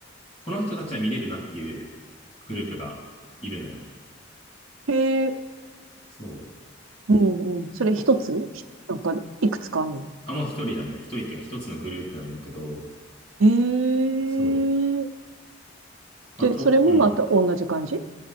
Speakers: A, on the left; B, on the right.
A: この人たちは見れるなっていうグループがいるのよ。
B: へえ、
A: そ
B: うんうん。それ一つひなんか、
A: う。お、
B: いくつかあんの
A: あ、もう一人だね。一人っていうか一つのグループなんだけど、
B: へえ。
A: そう。まあ、
B: で、
A: と、
B: それもまた同じ感じ
A: うん。